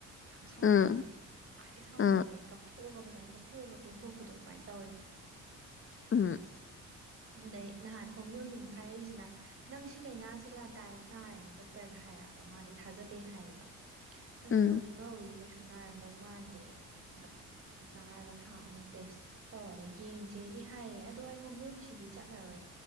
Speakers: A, on the right; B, on the left.
A: ꯌꯥꯝ ꯁꯥꯎꯅꯤꯡꯕꯁꯦ
B: ꯎꯝ
A: ꯈꯋ꯭ꯥꯏꯗꯩꯩ ꯁꯥꯎꯅꯤꯡꯕꯁꯦ
B: ꯑꯥ
A: ꯀꯞꯊꯣꯛ ꯊꯣꯛꯑꯒ ꯐꯖꯅ ꯀꯞꯊꯣꯛꯑꯒ ꯄꯦꯟꯊꯣꯛꯄꯗꯣ ꯑꯗꯨꯃꯥꯏꯅ ꯇꯧꯋꯦꯕ
B: ꯎꯝ
A: ꯑꯗꯩ ꯅꯍꯥꯟ ꯍꯣꯃꯤꯌꯣꯒꯤ ꯑꯃꯨꯛ ꯍꯥꯏꯔꯛꯏꯁꯤꯅ ꯅꯪ ꯁꯤ ꯂꯥꯏꯅꯥꯁꯤ ꯂ ꯗꯥꯏꯔꯦꯛ ꯅꯥꯔꯦꯅ ꯗꯣꯛꯇꯔꯅ ꯍꯥꯏꯔꯛꯑꯕ ꯃꯥꯗꯤ ꯊꯥꯖꯗꯦ ꯍꯥꯏꯌꯦꯕ ꯅꯪ
B: ꯎꯝ
A: ꯅꯧꯁꯨ ꯅꯧꯔꯤ ꯀꯩꯁꯨ ꯅꯥꯔꯝꯗꯧ ꯃꯥꯟꯗꯦ ꯑꯗ ꯆꯥꯔꯒ ꯊꯥ ꯑꯍꯨꯝ ꯇꯦꯁ ꯇꯧꯔꯒ ꯌꯦꯡꯖꯦꯗꯤ ꯍꯥꯏꯌꯦ ꯑꯗꯣ ꯑꯩ ꯍꯣꯃꯤꯌꯣꯒꯤꯁꯤꯗꯤ ꯆꯠꯂꯔꯣꯏ